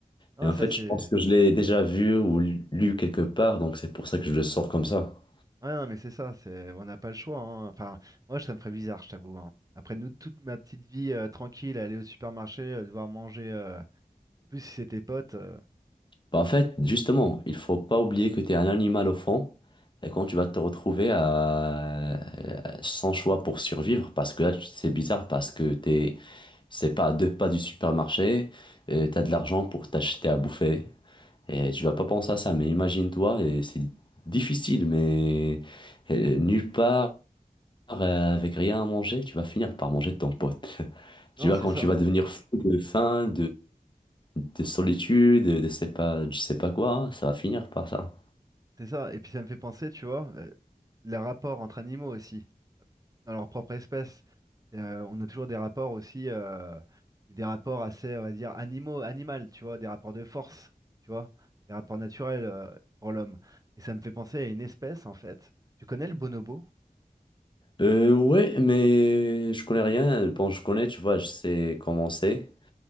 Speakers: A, on the right (about 25°); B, on the left (about 30°).
A: Ah,
B: Et en
A: ça,
B: fait,
A: c'est.
B: je pense que je l'ai déjà vu ou lu quelque part, donc c'est pour ça que je le sors comme ça.
A: Ouais, non, mais c'est ça, c'est... on n'a pas le choix. hein. Enfin, moi, ça me ferait bizarre, je t'avoue. hein. Après, nous, toute ma petite vie euh, tranquille, aller au supermarché, euh, devoir manger. euh, En plus, si c'était potes. euh,
B: Bah, en fait, justement, il faut pas oublier que tu es un animal au fond, et quand tu vas te retrouver euh, sans choix pour survivre, parce que là, tu- c'est bizarre, parce que t'es, c'est pas à deux pas du supermarché, tu as de l'argent pour t'acheter à bouffer, et tu vas pas penser à ça, mais imagine-toi, et c'est difficile, mais euh, nulle part, euh, avec rien à manger, tu vas finir par manger ton pote. <laughs>
A: Non,
B: Tu vois,
A: c'est
B: quand
A: ça.
B: tu vas devenir fou de faim, de solitude, de sais pas, je sais pas quoi, ça va finir par ça.
A: C'est ça. Et puis ça me fait penser, tu vois, euh, les rapports entre animaux aussi, dans leur propre espèce. Euh, on a toujours des rapports aussi, euh, des rapports assez, on va dire, animaux, animal, tu vois, des rapports de force, tu vois, des rapports naturels, euh, pour l'homme. Et ça me fait penser à une espèce, en fait. Tu connais le bonobo?
B: Euh, ouais, mais je connais rien. Bon, je connais, tu vois, je sais comment c'est,